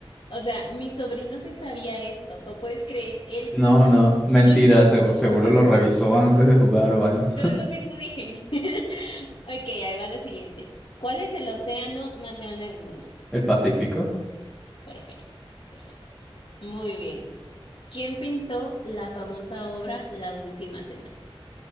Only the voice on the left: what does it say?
O sea, mi sobrino se sabía esto, ¿tú puedes creer? Él
se lo sabía,
yo no,
yo lo mismo dije. <laughs> Ok, ahí va la siguiente. ¿Cuál es el océano más grande del mundo?
Perfecto, perfecto. Muy bien. ¿Quién pintó la famosa obra La Última Cena?